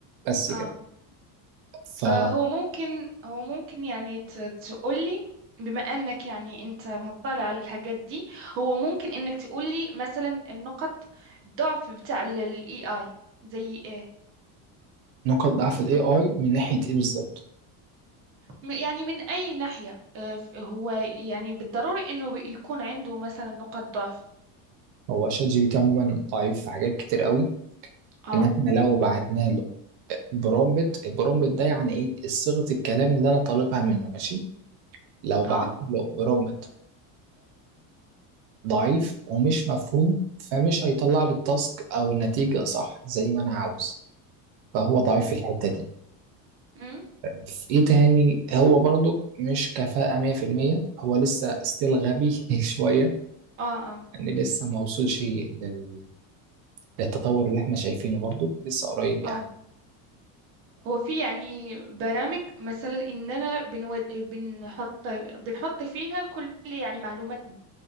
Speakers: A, on the right; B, on the right.
A: بس
B: اه
A: كده فنقط
B: آه، هو ممكن هو ممكن يعني ت- تقولي بما انك يعني انت مطلع على الحاجات دي هو ممكن انك تقولي مثلا النقط الضعف بتاع الاي اي زي ايه
A: ضعف الاي اي من ناحيه ايه بالظبط
B: م- يعني من اي ناحية آه، ف- هو يعني بالضروري انه بي- يكون عنده مثلا نقط ضعف
A: هو شات جي بي تي عموما ضعيف في حاجات كتير قوي
B: اه
A: ان احنا لو بعتنا له برومبت البرومبت ده يعني ايه صيغه الكلام اللي انا طالبها منه ماشي لو بعت
B: اه
A: له برومبت ضعيف ومش مفهوم فمش هيطلع لي التاسك او النتيجة صح زي ما انا عاوز فهو ضعيف
B: امم
A: في الحتة دي
B: امم
A: في ايه تاني هو برضو مش كفاءة 100% هو لسه ستيل غبي <laughs> شوية
B: اه اه
A: ان لسه ما وصلش لل... للتطور اللي احنا شايفينه برضو لسه قريب يعني
B: اه هو في يعني برامج مثلا اننا بنود... بنحط بنحط فيها كل يعني معلوماتنا